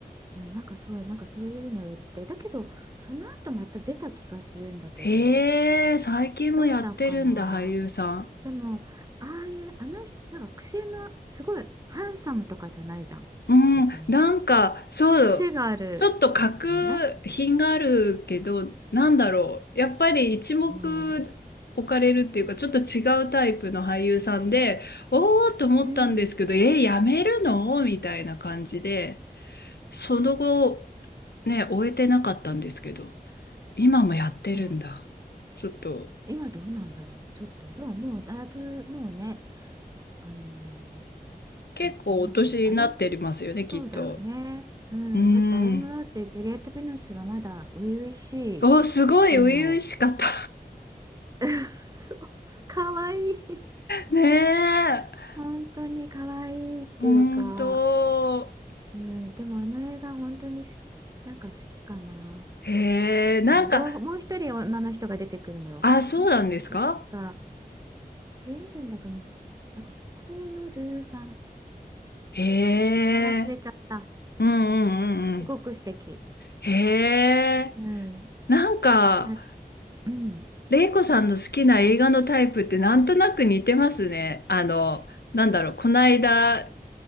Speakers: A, on the right; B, on the left.
A: うんなんかそう、なんかそういうの言って、だけど、その後また出た気がするんだけど、
B: へえ、最近もやってるんだ、
A: どうだかな。
B: 俳優さん。
A: でも、ああいう、あの人、なんか癖の、すごい、ハンサムとかじゃないじゃん、
B: うん、
A: 別に。
B: なんか、そう、
A: 癖がある
B: ちょっと格品があるけど、
A: よね。
B: なんだろう。やっぱり一目置かれるっていうか、
A: うん。
B: ちょっと違うタイプの俳優さんで、おーっと思ったんですけど、
A: うん。
B: え、やめるのみたいな感じで。その後、ね、終えてなかったんですけど、今もやってるんだ。
A: どう
B: ちょっと、
A: 今どうなんだろう、ちょっと。でももうだいぶ、もうね、いあの、
B: 結構お年になってますよね、
A: ど、どんな感じあれそうだよね。
B: きっと。
A: うん。
B: うーん。
A: だってあれもだってジュリエット・ヴィノスがまだ初々しい
B: お、すごい初々しかった。
A: 頃の <laughs>、そう、かわいい。
B: <laughs> ねえ。
A: 本当に可愛いいっていうか、
B: ほんと。
A: うん、でもあの映画本当にすなんか好きかな。
B: へえ、なんか、
A: あの両方、もう一人女の人が出てくるのよ。
B: あ、そうなんですか
A: あの人確かスウェーデンだかの、なんか北欧の女優さん。
B: へえ。
A: 名前忘れちゃった。
B: うんうんうんうん。
A: すごく素敵。
B: へえ。
A: うん。
B: なんか、
A: ま、うん。
B: 玲子さんの好きな映画のタイプってなんとなく似てますね。あの、なんだろう、この間